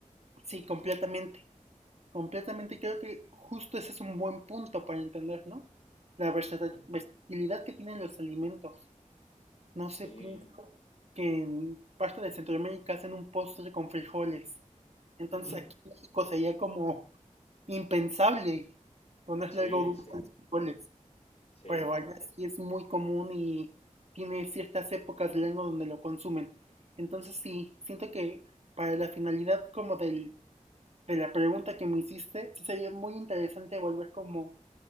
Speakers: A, on the right; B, on the left.
A: sí, completamente, completamente creo que justo ese es un buen punto para entender, ¿no? La versata-
B: Ah,
A: versatilidad que tienen los alimentos. No
B: Sí,
A: sé, pienso que en parte de Centroamérica hacen un postre con frijoles, entonces
B: mm,
A: aquí en México sería como impensable ponerle
B: sí,
A: algo dulce
B: sí,
A: a los frijoles.
B: sí,
A: Pero
B: no.
A: allá sí es muy común y tiene ciertas épocas del año donde lo consumen. Entonces sí, siento que para la finalidad como del, de la pregunta que me hiciste, sí sería muy interesante volver como